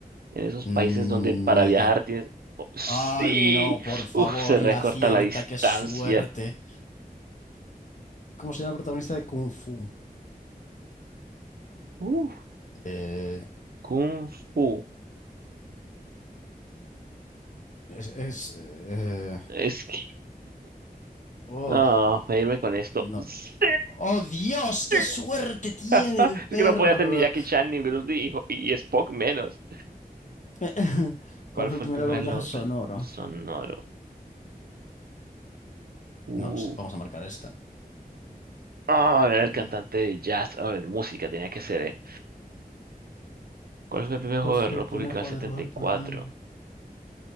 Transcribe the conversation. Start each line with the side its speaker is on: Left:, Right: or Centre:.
Right: En esos
Left: Mm,
Right: países donde para
Left: ni idea.
Right: viajar tienes... Oh, ¡Sí!
Left: Ay, no, por favor.
Right: Uf, se
Left: Y
Right: recorta
Left: la cierta,
Right: la distancia.
Left: qué suerte. ¿Cómo se llama el protagonista de Kung Fu?
Right: Uf,
Left: Eh,
Right: Kung Fu.
Left: es... es, eh,
Right: Es que...
Left: oh,
Right: No, voy a irme con esto.
Left: no.
Right: ¡Sí!
Left: ¡Oh, Dios! ¡Qué
Right: ¡Sí!
Left: suerte tiene
Right: <laughs>
Left: el perro!
Right: Es que no podía ser ni Jackie Chan, ni Bruce Lee, y, Ho- y Spock menos.
Left: <laughs>
Right: ¿Cuál
Left: ¿Cuál fue
Right: fue
Left: el primer
Right: el primer
Left: largometraje
Right: logro
Left: sonoro?
Right: sonoro? Uh.
Left: No lo sé. Vamos a marcar esta.
Right: Ah, era el cantante
Left: Vale.
Right: de jazz, o en música tenía que ser, ¿eh? ¿Cuál fue el primer
Left: ¿Cuál
Right: juego
Left: fue
Right: de rol
Left: el primer
Right: publicado
Left: juego
Right: en el setenta
Left: de rol,
Right: y cuatro
Left: por lo que... me-